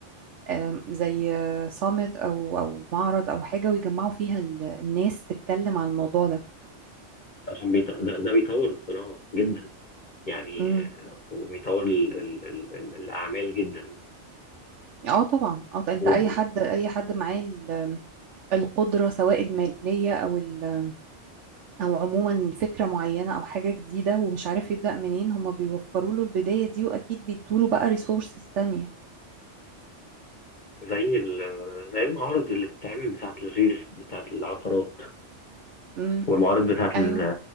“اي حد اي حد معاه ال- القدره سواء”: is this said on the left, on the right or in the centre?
Right